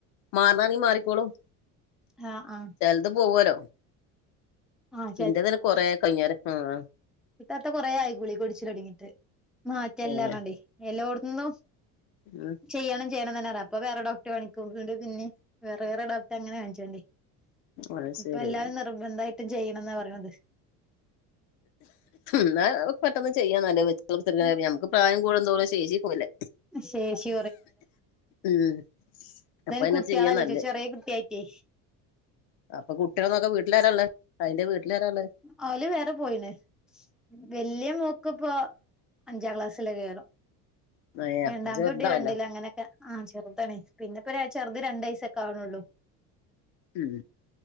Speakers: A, on the left (about 60°); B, in the centre.
A: മാറണ ആണെങ്കി മാറിക്കോളും.
B: ആഹ് ആഹ്
A: ത് പോവോലോ
B: ആഹ്
A: ഇന്റതന്നെ കൊറേ കഴിഞ്ഞാരേ ആഹ്
B: ഇത്താത്ത കൊറേ ആയി ഗുളിഗ കുടിച്ച ലൊടങ്ങിട്ട് മാറ്റല്ലാർ
A: ഏ,
B: ഞ്ഞ്ങ്ങാണ്ടേ എല്ലോ ന്നും
A: ഉം
B: ചെയ്യണം ചെയ്യണം തന്നെർഞ് അപ്പൊ വേറെ ഡോക്ടർ കാണിക്കും വീണ്ടും പിന്നിം വേറേ വേറേ ഡോക്ടറെ അങ്ങനെ കാണിച്ച്ങ്ങാണ്ടേ
A: അത് ശരി
B: ഇപ്പല്ലാം നിർബന്ധായിട്ടും ചെയ്യണംന്നാ പറിണത്
A: ന്നാ പെട്ടെന്ന് ചെയ്യാ ന്നാല് വെ <unintelligible>
B: ഉം
A: നമുക്ക് പ്രായം കൂടുംന്തോറും ശേഷിപോവല്ലേ
B: ശേഷി
A: ഉം
B: <unintelligible>
A: അപ്പൊ തന്നെ ചെയ്യാ നല്ലേ
B: ചെറിയേകുട്ട്യാളയ്റ്റേ
A: അപ്പ കുട്ട്യാളെ നോക്കാൻ വീട്ടിലാ രാള്ള് അയിന്റെ വീട്ടിലാരാള്ള്
B: ആ ഓല് വേറെ പോയിണ് വല്യ മോ ക്ക് പ്പോ അഞ്ചാക്ലാസ്സിലെ കെയ്കാരം
A: ഏഹ്
B: രണ്ടാമത്തെ
A: അപ്പ ചെറുതാണല്ലോ
B: കുട്ടി രണ്ടില് അങ്ങനെ ആ ചെർതാണ് പിന്നെപ്പം രാ ചെറുത് രണ്ടയ് സൊക്കെവ്ണ്ള്ളൂ
A: ഉം